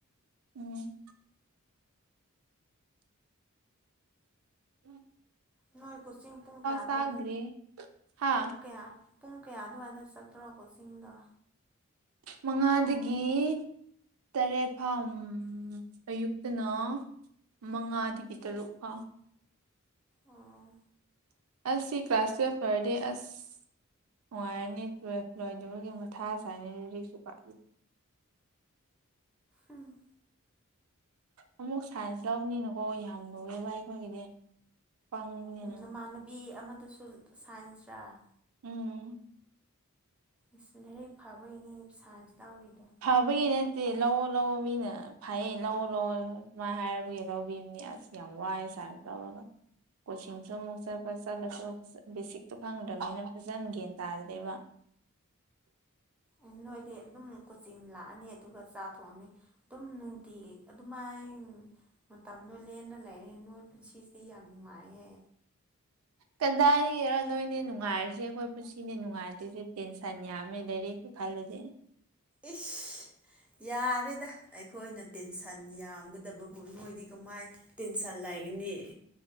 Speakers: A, on the right; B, in the centre.
A: ꯎꯝ ꯎꯝ <unintelligible>
B: ꯅꯣꯏ ꯀꯣꯆꯤꯡ ꯄꯨꯡ ꯀꯌꯥ ꯑꯗꯨꯋꯥꯏꯗ
A: ꯆꯥꯗ꯭ꯔꯤ ꯍꯥ
B: ꯄꯨꯡ ꯀꯌꯥ ꯄꯨꯡ ꯀꯌꯥ ꯑꯗꯨꯋꯥꯏꯗ ꯆꯠꯄ꯭ꯔꯣ ꯀꯣꯆꯤꯡꯗꯣ
A: ꯃꯉꯥꯗꯒꯤ ꯇꯔꯦꯠ ꯐꯥꯎ ꯎꯝ ꯑꯌꯨꯛꯇꯅ ꯃꯉꯥꯗꯒꯤ ꯇꯔꯨꯛ ꯐꯥꯎ
B: ꯑꯣ
A: ꯑꯁ ꯁꯤ ꯀ꯭ꯂꯥꯁ ꯇꯨꯋꯦꯜꯐ ꯂꯣꯢꯔꯗꯤ ꯑꯁ ꯅꯨꯡꯉꯥꯏꯔꯅꯤ ꯇꯨꯌꯦꯜꯐ ꯂꯣꯏꯗꯕꯒꯤ ꯃꯊꯥ ꯁꯥꯢꯅꯦ ꯍ ꯂꯥꯢꯔꯤꯛꯁꯨ ꯄ
B: ꯑꯝ
A: ꯑꯃꯨꯛ ꯁꯥꯏꯟꯁ ꯂꯧꯕꯅꯤꯅꯀꯣ ꯌꯥꯝ ꯂꯨꯋꯦꯕ ꯑꯩꯈꯣꯏꯒꯤꯗꯤ ꯄꯪꯕꯅꯤꯅ
B: ꯅꯃꯥꯟꯅꯕꯤ ꯑꯃꯗꯨꯁꯨ ꯁꯥꯏꯟꯁꯔꯥ
A: ꯎꯝ
B: ꯢꯁ ꯂꯥꯏꯔꯤꯛ ꯐꯥꯕꯩꯅꯦ ꯁꯥꯏꯟꯁ ꯂꯧꯔꯤꯗꯣ
A: ꯐꯕꯒꯤ ꯅꯠꯇꯦ ꯂꯧꯑꯣ ꯂꯧꯑꯣ ꯃꯤꯅ ꯐꯩꯌꯦ ꯂꯧꯑꯣ ꯂꯧꯑꯣ ꯑꯗꯨꯃꯥꯏꯅ ꯍꯥꯏꯔꯕꯒꯤ ꯂꯧꯕꯤꯕꯅꯤ ꯑꯁ ꯌꯥꯝ ꯋꯥꯏ ꯁꯥꯢꯟꯁ ꯂꯧꯔꯒ ꯀꯣꯆꯤꯡꯁꯨ ꯑꯃꯨꯛ ꯆꯠꯄ ꯆꯠꯂꯁꯨ ꯕꯦꯁꯤꯛꯇꯣ ꯈꯪꯗ꯭ꯔꯕꯅꯤꯅ ꯐꯖꯅ ꯒ꯭ꯌꯥꯟ ꯇꯥꯗ꯭ꯔꯦꯕ
B: ꯑꯦ ꯅꯣꯏꯗꯤ ꯑꯗꯨꯝ ꯀꯣꯆꯤꯡ ꯂꯥꯛꯑꯅꯤ ꯑꯗꯨꯒ ꯆꯥꯛ ꯊꯣꯡꯑꯅꯤ ꯑꯗꯨꯝ ꯅꯨꯡꯇꯤꯒꯤ ꯑꯗꯨꯃꯥꯏ ꯃꯇꯝꯗꯣ ꯂꯦꯜꯂ ꯂꯩꯔꯦ ꯅꯣꯏ ꯄꯨꯟꯁꯤꯁꯤꯗꯤ ꯌꯥꯝ ꯅꯨꯡꯉꯥꯏꯍꯦ
A: ꯀꯗꯥꯏꯗꯒꯤꯔꯣ ꯅꯣꯏꯅꯦ ꯅꯨꯡꯉꯥꯏꯔꯤꯁꯦ ꯑꯩꯈꯣꯏ ꯄꯨꯟꯁꯤꯅꯦ ꯅꯨꯡꯉꯥꯏꯇꯔꯤꯁꯦ ꯇꯦꯟꯁꯟ ꯌꯥꯝꯃꯦ ꯂꯥꯏꯔꯤꯛꯀꯤ ꯈꯜꯂꯗꯤ
B: ꯏꯁ ꯌꯥꯔꯦꯗ ꯑꯩꯈꯣꯏꯅ ꯇꯦꯟꯁꯟ ꯌꯥꯝꯒꯗꯕꯕꯨ ꯅꫭꯏꯗꯤ ꯀꯃꯥꯏ ꯇꯦꯟꯁꯟ ꯂꯩꯒꯅꯤ